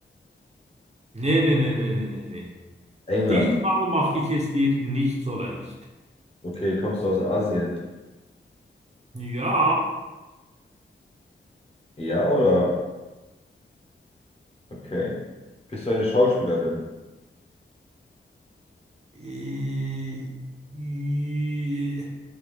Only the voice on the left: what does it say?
England.
Okay, kommst du aus Asien?
Ja, oder? Okay. Bist du eine Schauspielerin?